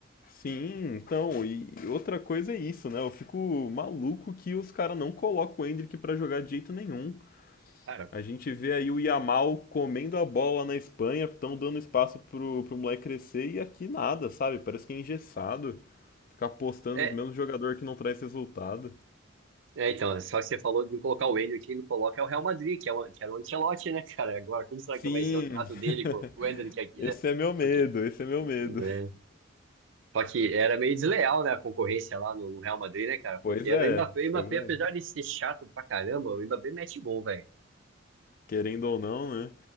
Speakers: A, on the left (about 45°); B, on the right (about 70°).
A: Sim, então, e outra coisa é isso, né? Eu fico maluco que os caras não colocam o Endrick pra jogar de jeito nenhum.
B: Cara,
A: A gente vê aí o Yamal comendo a bola na Espanha, estão dando espaço pro, pro moleque crescer e aqui nada, sabe? Parece que é engessado. Ficar apostando
B: é,
A: nos mesmos jogadores que não traz resultado.
B: é, então, né? só que você falou de colocar o Endrick, quem não coloca é o Real Madrid, que, é o, que era o Ancelotti, né, cara? Agora, como será
A: Sim,
B: que vai ser o trato dele com,
A: <laughs>
B: com o Endrick aqui,
A: esse
B: né?
A: é meu medo,
B: Porque,
A: esse é meu medo.
B: né? Só que era meio desleal, né, a concorrência lá no, no Real Madrid, né, cara? Porque
A: Pois
B: era
A: é,
B: o Mbappé, o Mbappé,
A: pois é.
B: apesar de ser chato pra caramba, o Mbappé mete gol, velho,
A: querendo ou não, né?